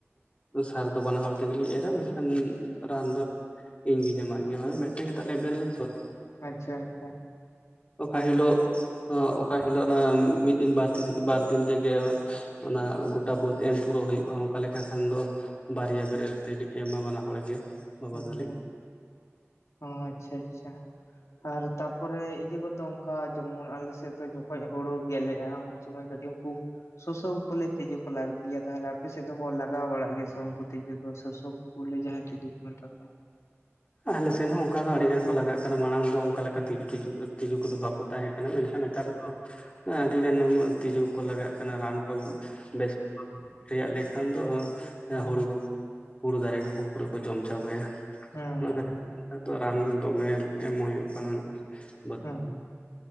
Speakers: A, on the left; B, on the left.
A: ᱥᱟᱨ ᱫᱚ ᱵᱟᱱᱟ ᱦᱚᱲ ᱛᱮᱜᱮᱞᱤᱧ ᱮᱨᱟ ᱢᱮᱱᱠᱷᱟᱱ ᱨᱟᱱ ᱫᱚ ᱤᱧᱜᱤᱧ ᱮᱢᱟᱜ ᱜᱮᱭᱟ ᱚᱱᱟ ᱫᱚ ᱢᱮᱜᱴᱮᱱ ᱜᱮᱛᱟ ᱞᱮᱭᱟ ᱵᱮᱨᱮᱞ ᱛᱚ ᱾
B: ᱟᱪᱪᱷᱟ ᱟᱪᱪᱷᱟ ᱾
A: ᱚᱠᱟ ᱦᱤᱞᱳᱜ ᱚᱠᱟ ᱦᱤᱞᱳᱜ ᱚᱱᱟ ᱢᱤᱫ ᱫᱤᱱ ᱵᱟᱨ ᱯᱮ ᱫᱤᱱ ᱵᱟᱨ ᱫᱤᱱ ᱛᱮᱜᱮ ᱚᱱᱟ ᱜᱚᱴᱟ ᱵᱟᱹᱫ ᱮᱢ ᱯᱩᱨᱟᱹᱣ ᱦᱩᱭᱩᱜᱼᱟ, ᱚᱝᱠᱟ ᱞᱮᱠᱟ ᱠᱷᱟᱱ ᱫᱚ ᱵᱟᱨᱭᱟ ᱵᱮᱨᱮᱞ ᱛᱮᱞᱤᱧ ᱮᱢᱟ ᱵᱟᱱᱟ ᱦᱚᱲ ᱜᱮ᱾ ᱵᱟᱵᱟ
B: ᱦᱮᱸ
A: ᱛᱟᱹᱞᱤᱧ
B: ᱛᱚ ᱟᱪᱪᱷᱟ ᱟᱪᱪᱷᱟ ᱾ ᱟᱨ ᱛᱟᱯᱚᱨᱮ ᱤᱭᱟᱹ ᱠᱚ ᱫᱚ ᱚᱝᱠᱟ ᱡᱮᱢᱚᱱ ᱟᱞᱮᱥᱮᱜ ᱫᱚ ᱡᱚᱠᱷᱚᱡ ᱦᱳᱲᱳ ᱜᱮᱞᱮᱜᱼᱟ ᱩᱱ ᱥᱩᱢᱚᱭ ᱠᱟᱹᱴᱤᱜ ᱩᱝᱠᱩ ᱥᱳᱥᱳᱠ ᱵᱚᱞᱮ ᱛᱤᱡᱩ ᱠᱚ ᱞᱟᱜ ᱜᱮᱭᱟ ᱛᱟᱦᱚᱞᱮ ᱟᱯᱮ ᱥᱮᱜ ᱫᱚᱠᱚ ᱞᱟᱜᱟᱣ ᱵᱟᱲᱟᱜ ᱜᱮᱭᱟ ᱥᱮ ᱩᱝᱠᱩ ᱛᱤᱡᱩ ᱫᱚ ᱥᱳᱥᱳᱠ? ᱵᱚᱞᱮ ᱡᱟᱦᱟᱸᱭ ᱛᱤᱫᱩ ᱠᱚ ᱢᱮᱛᱟ ᱠᱚᱣᱟ᱾
A: ᱟᱞᱮ ᱥᱮᱱ ᱦᱚᱸ ᱚᱱᱠᱟ ᱫᱚ ᱟᱹᱲᱤ ᱜᱟᱱ ᱠᱚ ᱞᱟᱜᱟᱜ ᱠᱟᱱᱟ ᱢᱟᱲᱟᱝ ᱫᱚ ᱚᱝᱠᱟ ᱞᱮᱠᱟ ᱛᱤᱡᱩ
B: ᱦᱮᱸ
A: ᱴᱤᱡᱩᱜ ᱛᱤᱡᱩ ᱠᱚᱫᱚ ᱵᱟᱠᱚ ᱛᱟᱦᱮᱸ ᱠᱟᱱᱟ, ᱢᱮᱱᱠᱷᱟᱱ ᱱᱮᱛᱟᱨ ᱫᱚ ᱟᱹᱰᱤ ᱜᱟᱱ ᱛᱤᱡᱩ ᱠᱚᱠᱚ ᱞᱟᱜᱟᱜ ᱠᱟᱱᱟ, ᱨᱟᱱ ᱵᱮᱥ <unintelligible> <inaudible> ᱞᱮᱠᱷᱟᱱ ᱫᱚ
B: ᱦᱮᱸ
A: ᱦᱩᱲᱩ ᱠᱚ ᱦᱩᱲᱩ ᱫᱟᱨᱮ ᱠᱚᱼᱠᱚ ᱯᱩᱨᱟᱹ ᱠᱚ ᱡᱚᱢ ᱪᱟᱵᱟᱭᱟ ᱾
B: ᱦᱮᱸ
A: ᱚᱱᱟ
B: ᱦᱮᱸ
A: ᱠᱷᱟᱹᱛᱤᱨ ᱱᱮᱛᱟᱨ ᱫᱚ ᱨᱟᱱ ᱫᱚᱢᱮᱞ ᱮᱢ ᱦᱩᱭᱩᱜ ᱠᱟᱱᱟ ᱱᱚᱜᱼᱚᱭ ᱾
B: ᱦᱮᱸ